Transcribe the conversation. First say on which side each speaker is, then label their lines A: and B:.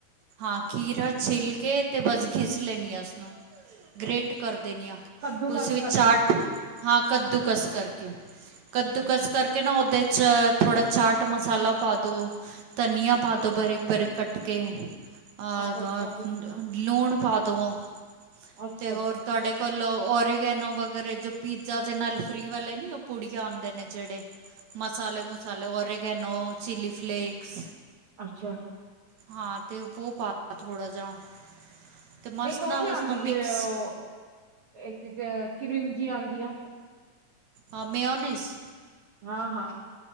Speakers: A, on the right; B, on the right.
A: ਹਾਂ ਖੀਰਾ ਛਿੱਲ ਕੇ ਤੇ ਬਸ ਘਿਸ ਲੈਂਨੀ ਆਂ ਉਸਨੂੰ। ਗ੍ਰੇਟ ਕਰ ਦੇਨੀ ਆਂ।
B: ਕੱਦੂ
A: ਉਸ
B: ਕਸ
A: ਵਿੱਚ
B: ਕਰਨਾ
A: ਚਾਟ ਹਾਂ ਕੱਦੂ ਕਸ ਕਰਕੇ, ਕੱਦੂ
B: ਅੱਛਾ ਅੱਛਾ
A: ਕਸ ਕਰ ਕੇ ਨਾ ਓਦੇ ਚ ਥੋੜਾ ਚਾਟ ਮਸਾਲਾ ਪਾ ਦੋ। ਧਨੀਆ ਪਾ ਦੋ ਬਰੀਕ-ਬਰੀਕ ਕੱਟ ਕੇ। ਆਜ
B: ਅੱਛਾ ਅੱਛਾ
A: ਆ ਲੂਨ ਪਾ ਦਵੋ,
B: ਅੱਛਾ
A: ਤੇ ਹੋਰ
B: ਅੱਛਾ
A: ਤੁਆਡੇ ਵੱਲੋਂ ਓਰਗੈਨੋ ਵਗੈਰਾ ਜੋ ਪੀਜ਼ਾ ਦੇ ਨਾਲ ਫਰੀ ਵਾਲੇ ਨੀ ਓ ਪੁੜੀਆਂ ਆਂਦੇ ਨੇ ਜੇੜੇ, ਮਸਾਲੇ ਮੂਸਾਲੇ ਔਰਗੈਨੋ ਚਿਲੀ ਫਲੇੇਕਸ
B: ਅੱਛਾ।
A: ਹਾਂ ਤੇ ਬੋ ਪਾ ਦੋ ਥੋੜਾ ਜਾ। ਤੇ ਮਸਤ
B: ਇੱਕ ਓ
A: ਨਾ
B: ਵੀ
A: ਉਸ
B: ਆਂਦੀ
A: ਨਾਲ ਮਿਕਸ
B: ਜੇ, ਓ ਇੱਕ ਕ ਕਰੀਮ ਜੀ ਆਂਦੀ ਐ।
A: ਹਾਂ, ਮੇਓਨਿਸ
B: ਹਾਂ-ਹਾਂ।